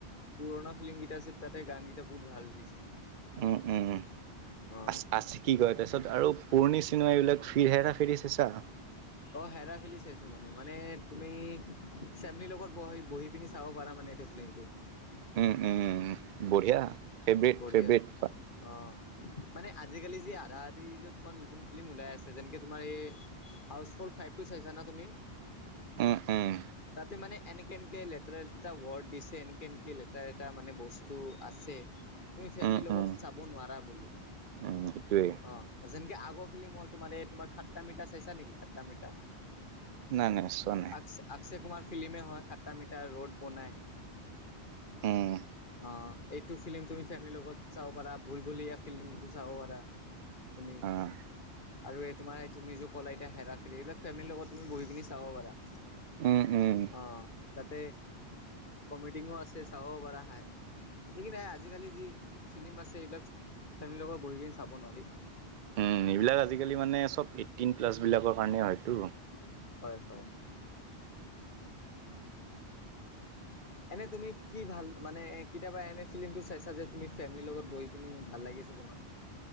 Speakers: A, on the left; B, on the right.
A: পুৰণা ফিল্ম কেইটা আছিল তাতে গানকেইটা বহুত ভাল দিছে।
B: উম, উম,
A: অ
B: আছ আছি কি কয় তাৰপিছত আৰু পুৰণি চিনেমা এইবিলাক ফিৰ হেৰা ফেৰি চাইছা।
A: অ' হেৰা ফেলি চাইছো মানে মানে তুমি চেমেলিৰ লগত বহি বহি পিনি চাব পাৰা মানে এইটো। ফ্লিমটো
B: উম, উম, বঢ়িয়া ফেভৰেট
A: বঢ়িয়া
B: ফেভৰেট।
A: অ'। মানে আজিকালি যি আধা আধি তোমাৰ নতুন ফিল্ম ওলাই আছে যেনেকে তোমাৰ এই হাউচ ফ'ৰ ফাইভটো চাইছানে তুমি,
B: উম, উম।
A: তাতে মানে এনে কেনকে লেতেৰা লেতৰা ৱৰ্ড দিছে এনেকে এনেকে লেতেৰা এটা মানে বস্তু আছে। তুমি ফেমিলিৰ
B: উম, উম,
A: লগত চাব নোৱাৰা বুলো অ'।
B: উম, সেইটোৱে
A: যেনকে আগৰ ফিল্ম হ'ল তোমাল এই তোমাৰ খাট্টা মিঠা চাইছা নেকি খাট্টা মিঠা।
B: নাই নাই চোৱা নাই।
A: আক্সে কুমাৰ ফিল্মে হয় সাতটা মিটাৰ ৰোড বনাই।
B: উম,
A: অ' এইটো ফিল্ম তুমি ফেমিলিৰ লগত চাব পাৰা ভুল ভুলিয়া ফিল্মটো চাব পাৰা। তুমি
B: অ'।
A: আৰু এই তোমাৰ তুমি যোৰ ক'লা এতিয়া হেৰা এইবিলাক ফেমিলিৰ লগত তুমি বহি পিনি চাব পাৰা।
B: উম, উম।
A: অ' তাতে কমেডিঙো আছে চাব পৰা হয়। যিকি নাই আজিকালি যি ফিল্ম আছে এইবিলাক ফেমেলি লগত বহি পিনি চাব নোৱাৰি।
B: উম এইবিলাক আজিকালি মানে চব এইটিন প্লাছবিলাকৰ কাৰণে হয়তো।
A: হয় হয়। এনে তুমি কি ভাল মানে কেতিয়াবা এনে ফিলিমটো চাইছা যে তুমি ফেমিলিৰ লগত বহি পিনি ভাল লাগিছে তোমাৰ।